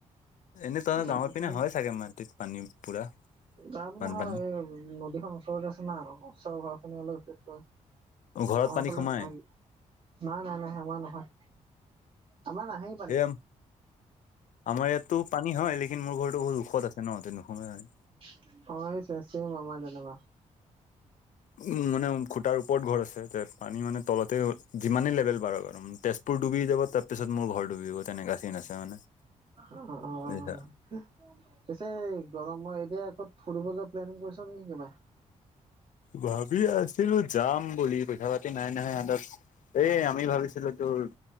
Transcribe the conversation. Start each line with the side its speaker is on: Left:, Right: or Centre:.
Left: এনেই ত
Right: বাকীখিনি
Left: গাঁৱৰ পিনে হয় চাগে, মাটিত পানী পুৰা
Right: তাৰমানানে
Left: বানপানী
Right: হয়, এই নদীখন ওচৰৰত আছে না ওচৰৰ ঘৰ খিনি অলপেষ
Left: ঘৰত
Right: ফালে
Left: পানী সোমাই
Right: ন নাই, নাই, নাই আমাৰ নহয়। আমাৰ নাহেই পানী
Left: এম আমাৰ ইয়াত তো পানী হয় লেকিন মোৰ ঘৰতো বহু ওখত আছে ন তে নুসুমাই।
Right: অ', এই চেচিৰ মমাৰ তেনেকুৱা
Left: উ'ম, মানে খুটাৰ ওপৰত ঘৰ আছে। পানী মানে তলতে যিমানেই লেভেল বাৰক আৰু তেজপুৰ ডুবি যাব, তাৰপিছত মোৰ ঘৰ ডুবিব তেনেকা চিন আছে মানে বুজিছা।
Right: অ পিছে গৰমত এতিয়া ক'ত ফুৰিব যোৱা প্লেনিং কৰিছ নেকি কিবা?
Left: ভাবি আছিলো, যাম বুলি পইচা-পাতি নাই নহয় হাতত। এই আমি ভাবিছিলো তোৰ